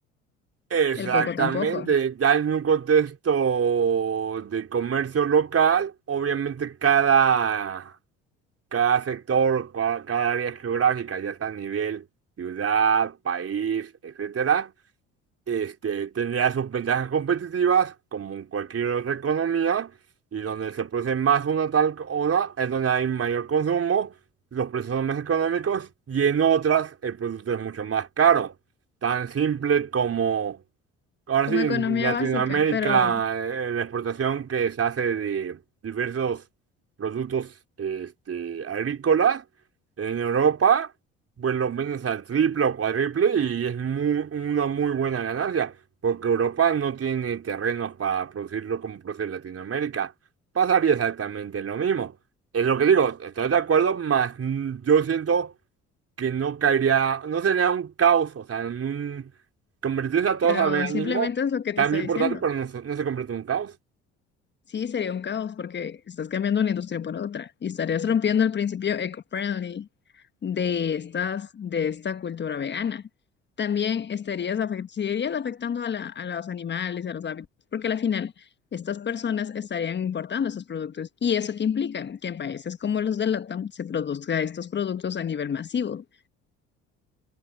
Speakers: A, on the right; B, on the left.
A: Exactamente,
B: el coco tampoco,
A: ya en un contexto de comercio local, obviamente cada, cada sector, cua- cada, área geográfica, ya sea a nivel ciudad, país, etcétera, este, tendría sus ventajas competitivas, como en cualquier otra economía, y donde se produce más una tal cosa es donde hay mayor consumo, los precios son más económicos, y en otras el producto es mucho más caro. Tan simple como, ahora
B: como
A: sí,
B: economía
A: en Latinoamérica,
B: básica, pero,
A: eh, la exportación que se hace de diversos productos este, agrícolas, en Europa pues lo vendes al triple o cuádruple y es mu- una muy buena ganancia, porque Europa no tiene terrenos para producirlo como produce Latinoamérica. Pasaría exactamente lo mismo. Es lo que digo, estoy de acuerdo, más yo siento que no caería, no sería un caos, o sea, en un, convertirse a todos
B: pero
A: a veganismo,
B: simplemente es lo que
A: también
B: te estoy
A: importante,
B: diciendo.
A: pero no, se- no se convierte en un caos.
B: Sí, sería un caos porque estás cambiando una industria por otra y estarías rompiendo el principio eco-friendly de estas, de esta cultura vegana. También estarías afect- seguirías afectando a, la- a los animales, a los hábitos, porque al final estas personas estarían importando esos productos. ¿Y eso qué implica? Que en países como los de LATAM se produzca estos productos a nivel masivo,